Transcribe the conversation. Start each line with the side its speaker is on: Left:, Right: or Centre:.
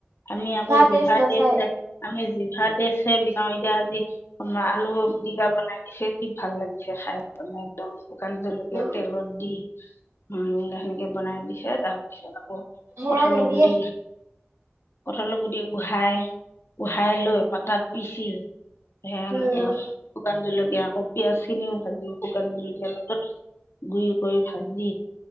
Left: আমি আকৌ
Right: টেষ্ট
Left: জিভা
Right: নাচায়
Left: টেষ্টহে, আমি জিভা টেষ্টহে বিছ এতিয়া আজি আলুপিটিকা বনাই দিছে, কি ভাল লাগিছে খাই, মানে একদম! শুকান জলকীয়া
Right: উম
Left: তেলত দি হুম <unintelligible> সেনেকে বনাই দিছে, তাৰপিছত
Right: সেয়া
Left: কঁঠালৰ
Right: নিদিয়ে
Left: গুটি কঁঠালৰ গুটি, উহাই, উহাই লৈ পাতাত পিচি সেয়া এনেকে
Right: উম
Left: আৰু। শুকান জলকীয়া এতিয়া আকৌ পিয়াঁজখিনিও ভাজি, শুকান জলকীয়াৰ লগত গুৰি কৰি ভাজি